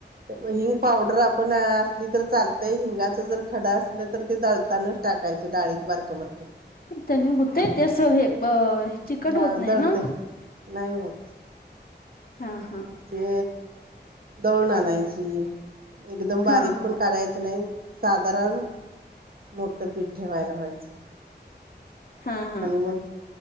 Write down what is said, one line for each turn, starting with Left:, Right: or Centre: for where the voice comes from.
Right: हिंग पावडर आपण असली तर चालतंय, हिंगाच जर खड असलं तर ते दळ तानाच टाकायचं डाळीत बारक बारक.
Left: त्यांनी होत ते असं हे‌ अ... चिकट
Right: हा
Left: होत नाही
Right: दळते
Left: ना.
Right: नाही होतं.
Left: हा हा
Right: मग ते दळून आणायची, एकदम बारीक
Left: हा
Right: पण. काढायचं नाही, साधारण मोठं पीठ ठेवाय लावायच.
Left: हा हा
Right: आणि मग